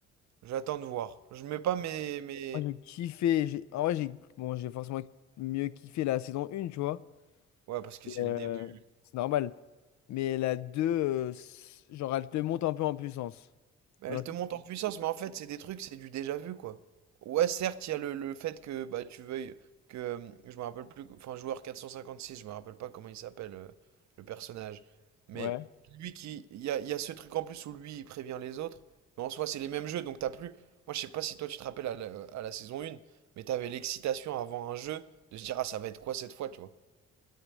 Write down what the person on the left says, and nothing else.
Moi j'ai kiffé. j'ai- En vrai, j'ai bon, j'ai forcément mieux kiffé la saison 1, tu vois.
Et,
euh,
c'est normal. Mais la 2 euh, c- genre elle te monte un peu en puissance.
Genre,
Ouais.